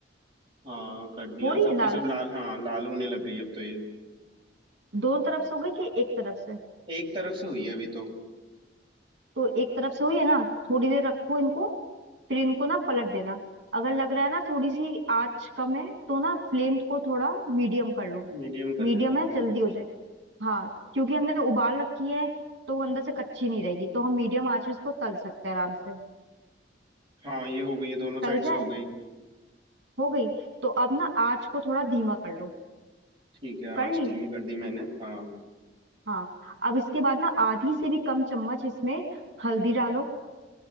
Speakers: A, on the right (about 30°); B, on the right (about 75°).
A: हाँ कर दिया
B: हो रही
A: सबकी
B: है लाल
A: सब लाल हाँ लाल होने लग गई अब तो ये
B: दोनों तरफ से हो गई कि एक तरफ से
A: एक तरफ से हुई है अभी तो
B: तो एक तरफ से हुई है ना थोड़ी देर रखो इनको फिर इनको ना पलट देना अगर लग रहा है ना थोड़ी सी आंच कम है तो ना फ्लेम को थोड़ा मीडियम कर लो
A: मीडियम कर
B: मीडियम
A: लेता हूँ
B: है जल्दी
A: हाँ
B: हो जाए हाँ क्योंकि हमने उबाल रखी है तो वो अंदर से कच्ची नहीं रहेगी तो हम मीडियम आंच में इसको तल सकते हैं आराम से
A: हाँ ये हो गई है दोनों
B: तल
A: साइड से
B: जाए
A: हो गई
B: हो गई तो अब ना आंच को थोड़ा धीमा कर लो
A: ठीक है
B: कर
A: आँच
B: ली
A: धीमी कर दी मैंने हाँ
B: हाँ अब इसके बाद ना आधी से भी कम चम्मच इसमें हल्दी डालो